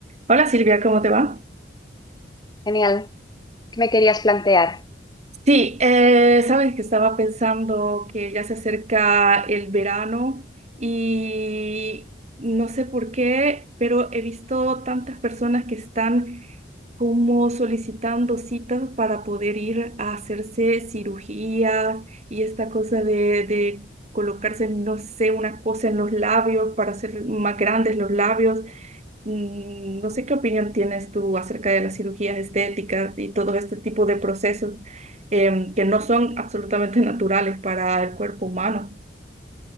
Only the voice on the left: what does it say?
Genial. ¿Qué me querías plantear?